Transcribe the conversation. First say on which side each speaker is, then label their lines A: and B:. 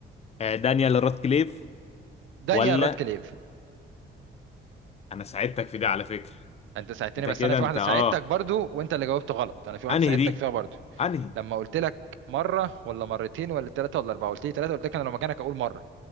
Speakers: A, on the left; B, on the right.
A: آه دانيال رادكليف
B: دانيال
A: ولا
B: راتكليف
A: انا ساعدتك في دي على فكرة
B: أنت ساعدتني
A: انت
B: بس
A: كده
B: أنا في
A: انت
B: واحدة
A: اه
B: ساعدتك برضو وأنت اللي جاوبت غلط أنا في واحدة
A: انهي
B: ساعدتك
A: دي
B: فيها برضو
A: انهي
B: لما قلت لك مرة ولا مرتين ولا ثلاثة ولا أربعة قلت لي ثلاثة قلت لك أنا لو مكانك أقول مرة